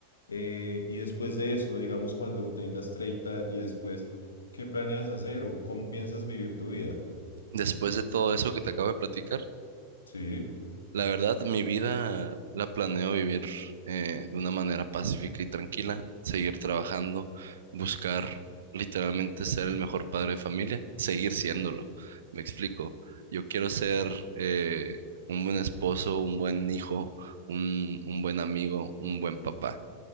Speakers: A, on the left (about 70°); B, on the right (about 60°).
A: Eh, y después de eso, digamos cuando tengas 30 y después, ¿qué planeas hacer o cómo piensas vivir tu vida?
B: Después de todo eso que te acabo de platicar,
A: Sí.
B: la verdad, mi vida la planeo vivir eh, de una manera pacífica y tranquila, seguir trabajando, buscar literalmente ser el mejor padre de familia, seguir siéndolo. Me explico. Yo quiero ser eh, un buen esposo, un buen hijo, un, un buen amigo, un buen papá.